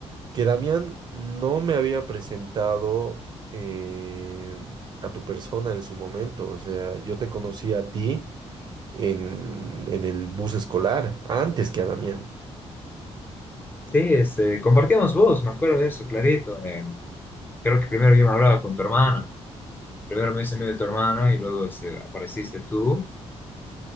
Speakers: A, on the right; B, on the left.
A: que Damián no me había presentado eh, a tu persona en su momento. O sea, yo te conocí a ti en, en el bus escolar, antes que a Damián.
B: Sí, este, compartíamos voz, me acuerdo de eso, clarito. eh, creo que primero yo me hablaba con tu hermana, primero me hice amigo de tu hermana y luego este, apareciste tú.